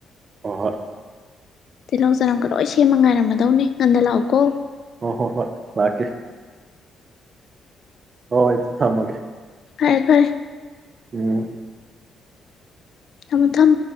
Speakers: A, on the right; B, on the left.
A: ꯔ
B: ꯇꯅꯣꯁꯅ ꯂꯣꯏ ꯁꯦꯝꯃ ꯉꯥꯏꯔꯝꯃꯗꯧꯅꯦ ꯉꯟꯗ ꯂꯥꯛꯎꯀꯣ
A: ꯍ ꯍꯣ ꯍꯣꯏ ꯀꯤꯦ ꯍꯣꯏ ꯊꯃꯒꯦ
B: ꯐꯔꯦ ꯐꯔꯦ
A: ꯎꯝ
B: ꯃ ꯊꯪ